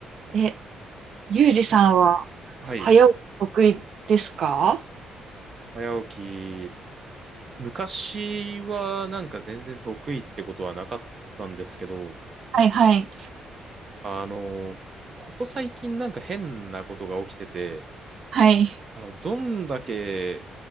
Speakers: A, on the right; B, on the right.
A: え、ゆうじさんは、
B: ちなはい。
A: 早起き得意ですか
B: 早起き。昔はなんか全然得意ってことはなかったんですけど、
A: はい、はい、
B: あの、ここ最近なんか変なことが起きてて、
A: はい。
B: あの、どんだけ